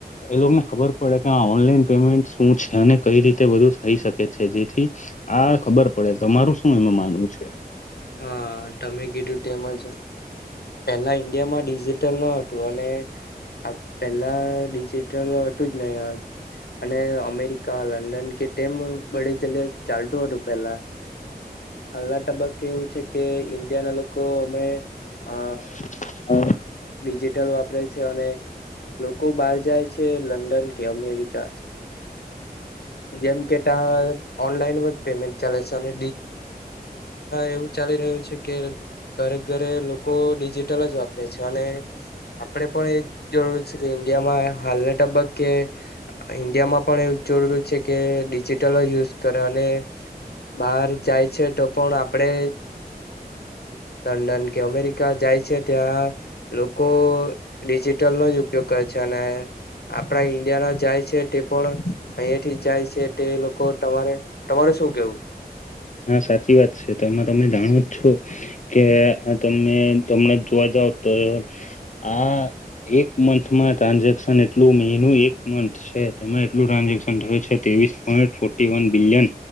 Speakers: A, on the left; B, on the left.
A: એ લોકોને ખબર પડે કે આ ઓનલાઈન પેમેન્ટ શું છે અને કઈ રીતે બધું થઈ શકે છે જેથી હા ખબર પડે તમારું શું એમાં માનવું છે
B: હા તમે કીધું તેમજ પેલા ઈન્ડિયામાં ડિજિટલ ન હતું અને આ પેલા ડિજિટલ હતું જ નહીિ અને અમેરિકા લંડન કે તેમ બડે ચાલતું હતું પેલા હાલના તબક્કે એવું છે કે ઈન્ડિયા ના લોકો અમે
A: હ
B: અ ડિજિટલ વાપરે છે અને લોકો બહાર જાય છે લંડન કે અમેરિકા જેમ કે ટ ઓનલાઈનમાં પેમેન્ટ ચાલે છે અને એવું ચાલી રહ્યું છે કે ઘરે ઘરે લોકો ડિજિટલ જ વાપરે છે અને આપણે પણ એ જરૂરી છે કે ઇન્ડિયામાં હાલ તબક્કે ઇન્ડિયામાં પણ એવું જરૂરરી છે કે ડિજિટલ જ યુઝ કરે અને બહાર જાય છે તો પણ આપડે લંડન કે અમેરિકા જાય છે ત્યાં લોકો ડિજિટલનો જ ઉપયોગ કરે છે અને આપડા ઈન્ડિયા ના જાય છે પણ અહિયા થી જાય છે તે લોકો તમારે તમારે શું કેવું
A: હા સાચી વાત છે તોમાં તમે જાણો જ છો કે આ તમે તમને જોવા જાવ તો આ એક મંથમાં ટ્રાન્ઝેક્શન એટલું મહિનું એક મંથ છે તેમાં એટલું ટ્રાન્ઝેક્શન થયું છે ત્રેવીસ point forty one billion